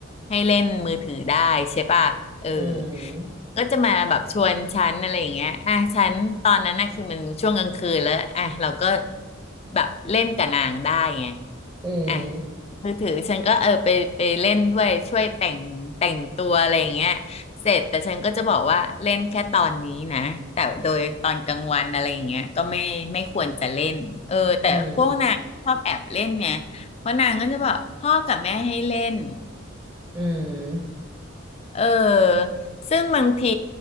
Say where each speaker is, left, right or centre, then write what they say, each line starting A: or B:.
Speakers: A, on the left; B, on the right.
A: ให้เล่นมือถือได้ใช่ป่ะเออ
B: อืม
A: ก็จะมาแบบชวนฉันอะไรอย่างเงี้ยอ่ะฉันตอนนั้นน่ะคือมันช่วงกลางคืนแล้วอ่ะเราก็แบบเล่นกับนางได้ไง
B: อืม
A: อ่ะมือถือฉันก็เออไปไปเล่นด้วยช่วยแต่งแต่งตัวอะไรอย่างเงี้ย เสร็จแต่ฉันก็จะบอกว่าเล่นแค่ตอนนี้นะแต่โดยตอนกลางวันอะไรอย่างเงี้ยก็ไม่ไม่ควรจะเล่นเออแต่พวกนางชอบแอบเล่นเนี่ยเพราะนางก็จะบอกพ่อกับแม่ให้เล่น
B: อืมอืม
A: เออซึ่งบางที